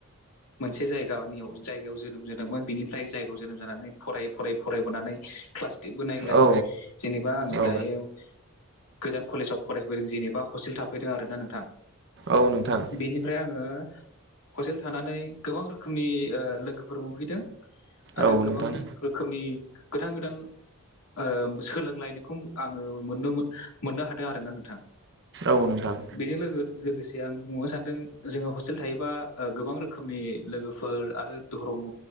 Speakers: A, on the left; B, on the right.
A: मोनसे जायगानियाव जायगायाव जोनोम जा दोंमोन बिनिफ्राय जायगायाव जोनोम जानानै फरायै फरायै फरायबोनानै क्लास देदबोनायलाय
B: औ
A: जेनेबा आङो
B: औ
A: दायो गोजान कलेजाव फरायफैदों जेनेबा हस्टेल थाफैदों आरो ना नोंथां।
B: औ नोंथां।
A: बेनिफ्राय आङो हस्टेल थानानै गोबां रोखोमनि ओ लोगोफोर मोनफैदों। आरो
B: औ
A: गोबां
B: नोंथां
A: रोखोमनि गोदान गोदान ओ सोलोंलायनायखौ आङो मोनदोंमोन मोननो हादों आरो ना नोंथां।
B: औ नोंथां।
A: बेजों लोगो-लोगोसे आं बुंबावनो सानदों जोङो हस्टेल थायोबा ओ गोबां रोख रोखोमनि लोगोफोर आरो धर्म